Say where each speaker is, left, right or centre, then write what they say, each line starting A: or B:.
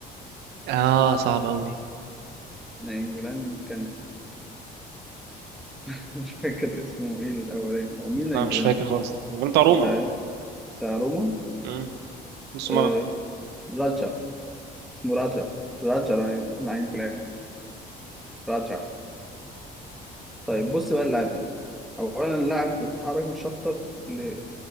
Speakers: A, on the right; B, in the centre.
A: اه صعب قوي دي
B: نانجولان كانتي <laughs> مش فاكر اسمه ايه الاولاني هو مين نانجولان
A: لا مش فاكر
B: ده
A: خالص كان بتاع روما
B: بتاع بتاع روما
A: مم. نص
B: آه...
A: ملعب
B: راجع اسمه راجع راجع نانجولان راجع طيب بص بقى اللاعب ده اولا اللاعب اتحرك من شختر ل...